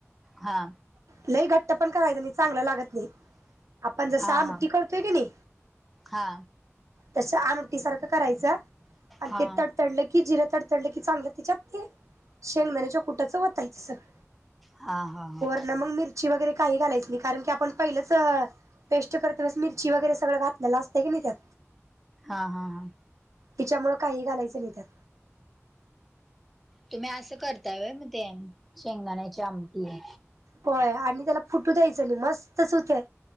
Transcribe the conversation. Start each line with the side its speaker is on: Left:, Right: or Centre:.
Centre: हा.
Right: लई घट्ट पण करायचं नाही. चांगलं लागत नाही. आपण जसं,
Centre: हा
Right: आमटी
Centre: हा
Right: करतोय कीनई
Centre: हा
Right: तसं आमटी सारखं करायचं. अन्
Centre: हा
Right: ते
Centre: हा
Right: तडतडलं कि, जिरं तडतडलं की, चांगलं तीच्यात ते, शेंगदाण्याच्या कुटाचं वतायचं सगळं.
Centre: हा, हा, हा.
Right: लमंग, मिरची वगैरे, काही घालायच नाही. कारण की, आपण पहिलंचं पेस्ट करतानच मिरची वगैरे, सगळं घातलेलं असतं की नाही त्यात.
Centre: हा, हा, हा.
Right: तीच्यामूळं काहीही घालायचं नाही त्यात.
Centre: तुम्ही असं करताय व्हय, मग ते. शेंगदाण्याची आमटी.
Right: व्हय. आणि त्याला फुटू द्यायचं नाही. मस्तच होत्याय.